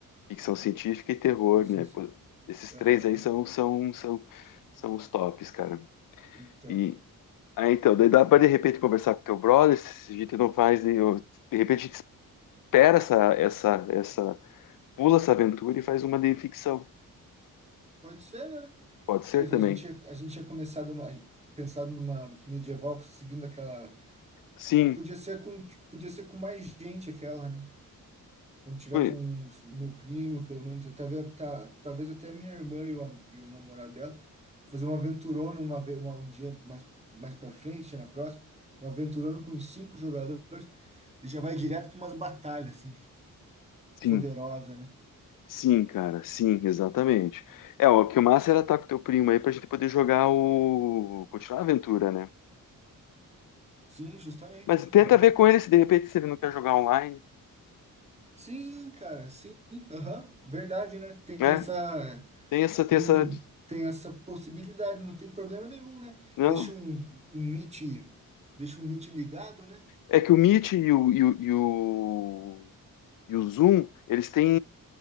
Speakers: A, on the left; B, on the right.
A: ficção científica e terror,
B: Ficção,
A: né?
B: ci-
A: Pô, Esses
B: aham.
A: três aí são, são, são, são os tops, cara.
B: Então,
A: E aí, então, daí dá para de repente conversar com teu brother, se a gente não faz nenhum. De repente a gente espera essa, essa, essa, pula essa aventura e faz uma de ficção.
B: pode ser, né?
A: Pode ser
B: Que a gente,
A: também.
B: a gente tinha a gente tinha começado uma, pensado numa medieval seguindo aquela
A: Sim,
B: Só que podia ser com, podia ser com mais gente aquela, né? Quando tiver
A: foi-
B: com o meu primo, pelo menos, tá, vendo? tá, talvez até a minha irmã e o, am- e o namorado dela, fazer uma aventurona uma, ve- uma, um dia mais, mais para frente, na próxima, uma aventurona com uns cinco jogadores, e já vai direto para umas batalhas, assim, foderosa,
A: sim,
B: né?
A: sim, cara, sim, exatamente. É, o que o massa era estar com teu primo aí pra gente poder jogar o. continuar a aventura, né?
B: Sim, justamente,
A: Mas
B: né?
A: tenta
B: Aham.
A: ver com ele se de repente se ele não quer jogar online,
B: Sim, cara, sim, aham, Verdade, né? Tem
A: né?
B: essa.
A: Tem essa, tem
B: Hum,
A: essa,
B: tem essa possibilidade, não tem problema nenhum, né?
A: não?
B: Deixa um, um Meet, deixa um Meet ligado, né?
A: É que o Meet e o, e o, e o, e o Zoom, eles têm,